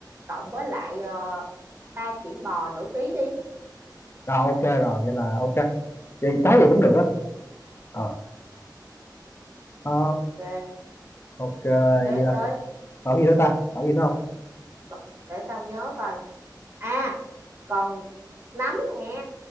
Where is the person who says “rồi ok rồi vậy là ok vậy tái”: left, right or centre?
Left